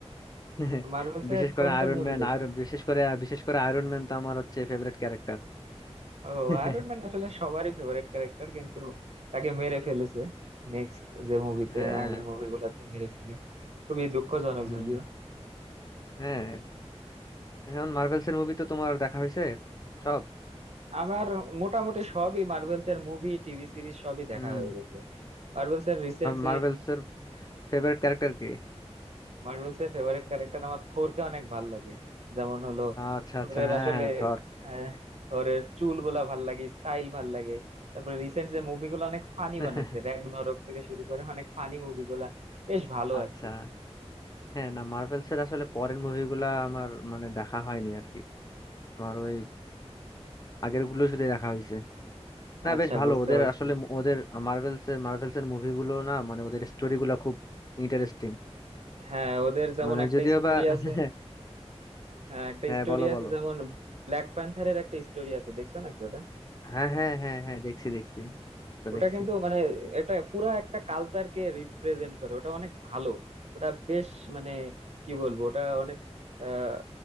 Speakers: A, on the left; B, on the right.
A: <laughs>
B: মার্ভেলস
A: বিশেষ
B: এর
A: করে
B: কোন কোন
A: আয়রন
B: মুভি
A: ম্যান
B: দেখছো
A: আর বিশেষ করে বিশেষ করে আয়রন ম্যান তো আমার হচ্ছে ফেভারিট ক্যারেক্টার
B: ও
A: <laughs>
B: আয়রন ম্যান আসলে সবারই ফেভারিট ক্যারেক্টার কিন্তু তাকে মেরে ফেলেছে নেক্সট যে মুভিতে
A: হ্যাঁ
B: আগের মুভিগুলোতে মেরে ফেলে খুবই দুঃখজনক
A: হুম
B: যদিও
A: হ্যাঁ এখন মার্ভেলস এর মুভি তো তোমার দেখা হয়েছে সব
B: আমার মোটামুটি সবই মার্ভেলস এর মুভি টিভি সিরিজ সবই দেখা
A: হুম
B: হয়ে গেছে মার্ভেলস এর রিসেন্ট
A: মার্ভেলস এর ফেভারিট ক্যারেক্টার কি
B: মার্ভেলস এর ফেভারিট ক্যারেক্টার আমার থোরকে অনেক ভাল লাগে যেমন হলো
A: আচ্ছা
B: থোরের
A: আচ্ছা হ্যাঁ
B: আসলে
A: হ্যাঁ থর
B: হ্যাঁ থোরের চুলগুলা ভাল লাগে স্টাইল ভাল লাগে তারপরে রিসেন্ট যে মুভিগুলো অনেক ফানি
A: <laughs>
B: বানাইছে র‍্যাগনারক থেকে শুরু করে অনেক ফানি মুভিগুলা বেশ ভালো
A: আচ্ছা
B: আর কি
A: হ্যাঁ না মার্ভেলস এর আসলে পরের মুভিগুলা আমার মানে দেখা হয়নি আর কি আমার ওই আগের গুলো শুধু দেখা হয়েছে না
B: আচ্ছা
A: বেশ ভালো
B: বুঝতে
A: ওদের
B: পারছি
A: আসলে মু- ওদের মার্ভেলস এর মার্ভেলস এর মুভিগুলো না মানে ওদের স্টোরি গুলা খুব ইন্টারেস্টিং
B: হ্যাঁ ওদের যেমন
A: মানে
B: একটা
A: যদিও
B: স্টোরি
A: বা <laughs>
B: আছে হ্যাঁ একটা
A: হ্যাঁ
B: স্টোরি
A: বলো
B: আছে
A: বলো
B: যেমন ব্ল্যাক প্যান্থারের একটা স্টোরি আছে দেখছো নাকি ওটা
A: হ্যাঁ হ্যাঁ হ্যাঁ হ্যাঁ দেখছি দেখছি ওটা
B: ওটা
A: দেখছি
B: কিন্তু মানে এটা পুরা একটা কালচারকে রিপ্রেজেন্ট করে ওটা অনেক ভালো ওটা বেশ মানে কি বলবো ওটা অনেক আহ,